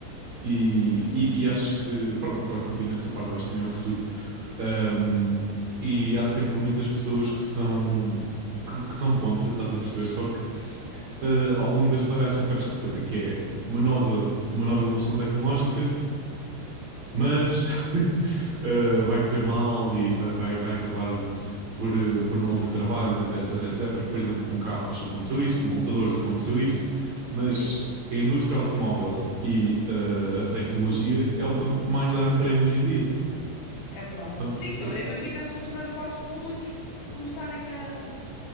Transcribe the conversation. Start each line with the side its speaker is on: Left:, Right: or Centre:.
Right: e,
Left: Sim,
Right: e, e acho que, pronto, concordo contigo nessa parte, eu acho que também é o futuro. Hum, e há sempre muitas pessoas que são, que, que são contra, estás a perceber? Só que eh, ao longo da história há sempre esta coisa, que é uma nova, uma nova evolução tecnológica mas <laughs> eh, vai correr mal e vai, vai, vai acabar de- por, eh, por não haver trabalhos, etc, etc. Por exemplo, com carros aconteceu
Left: isso também
Right: isso,
Left: é verdade.
Right: com computadores aconteceu isso, mas
Left: Sim.
Right: a indústria automóvel e eh, a tecnologia é o que mais dá emprego hoje em dia.
Left: É verdade.
Right: Mano,
Left: Sim,
Right: se-
Left: olha,
Right: se-
Left: imagina se os transportes públicos começarem a,